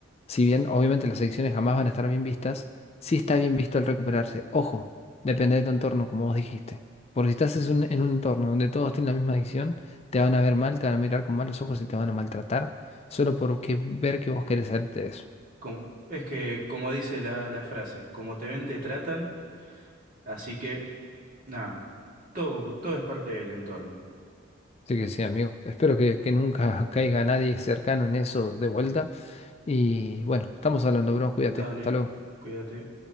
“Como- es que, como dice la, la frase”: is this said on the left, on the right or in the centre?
Right